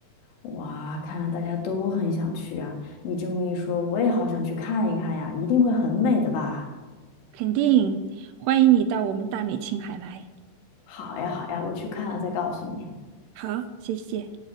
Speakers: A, on the left; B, on the right.
A: 哇，看来大家都很想去啊！你这么一说，我也好想去看一看呀，一定会很美的吧？
B: <laughs> 肯定欢迎你到我们大美青海来。
A: 好呀，好呀，我去看了再告诉你。
B: 好，谢谢。